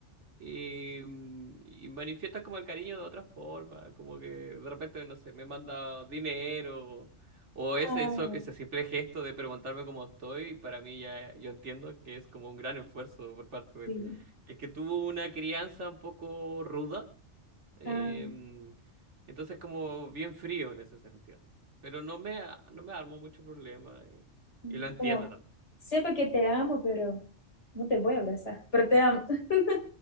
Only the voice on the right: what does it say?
Y, mm, y manifiesta como el cariño de otra forma. Como que de repente, no sé, me manda dinero. O
ese, eso- ese simple gesto de preguntarme cómo estoy, para mí ya yo entiendo que es como un gran esfuerzo por parte de
él. Es que tuvo una crianza un poco ruda Em,
entonces como bien frío en ese sentido. Pero no me, a- no me armo mucho problema y,
y lo entiendo
también.